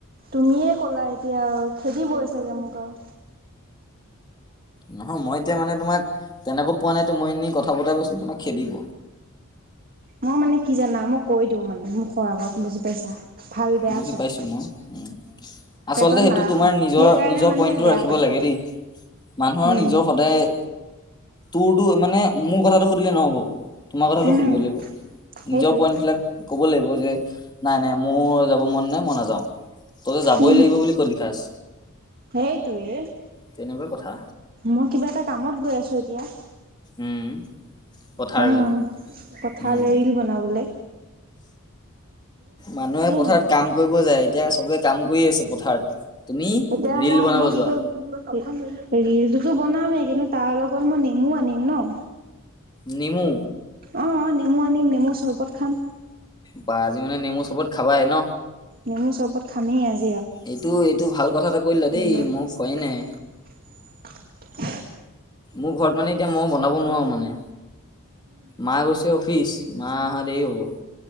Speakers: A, on the right; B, on the left.
A: তুমিয়ে কলা এতিয়া আৰু খেদিবই চাগে মোক আৰু
B: নহয় মই এতিয়া মানে তোমাক তেনেকো পোৱা নাইতো মই এনেই কথা পতাই পাইছো তোমাক খেদিব
A: মই মানে কি জানা মই কৈ দিওঁ মানে মুখৰ আগত বুজি পাইছা ভাল বেয়া
B: বুজি
A: চব
B: পাইছোঁ মই উম। আচলতে
A: পেটত
B: সেইটো
A: নাৰাখো
B: তোমাৰ নিজৰ
A: সেইকাৰণে
B: নিজৰ
A: মানে
B: পইণ্টটো
A: বেয়া
B: ৰাখিব
A: পায়
B: লাগে দেই মানুহৰ
A: উম।
B: নিজৰ সদায় তোৰতো মানে মোৰ কথাাতটো সুধিলে নহব তোমাৰ কথাাতটো
A: উম
B: সুধিব লাগিব
A: সেইটোৱে
B: নিজৰ পইন্ট বিলাক কব লাগিব যে নাই নাই মোৰ যাব মন নাই মই নাযাও ততে যাবই
A: উম
B: লাগিব বুলি কলি খাচ
A: সেইটোৱে
B: তেনেকুৱা কথা
A: মই কিবা এটা কামত গৈ আছো এতিয়া
B: উম পথাৰলে
A: হা ন কথলে
B: উম।
A: ীল বনাবলৈ
B: মানুহে পথাৰত
A: হয়।
B: কাম কৰিব যায় এতিয়া চবে কাম কৰি আছে পথাৰত তুমি
A: এতিয়া
B: ৰিল
A: মই
B: বনাব
A: মই কি
B: যোৱা
A: কৰিমল টো বনামেই কিন্তু তাৰ লগত মই নেমু আনিম ন
B: নিমু
A: অঁ অঁ নেমু আনিম নেমু চৰবত খাম
B: বা আজি মানে নেমু চবত খাবাই ন
A: নেমু চৰবত খামেই আছে
B: এইটো এইটো ভাল কথা এটা কৰিলা দেই
A: হয়।
B: মই খোৱাই নাই
A: <inaudible>
B: মোৰ ঘৰত মানে এতিয়া মই বনাব নোৱাৰো মানে মা গৈছে অফিচ মা অহা দেৰি হব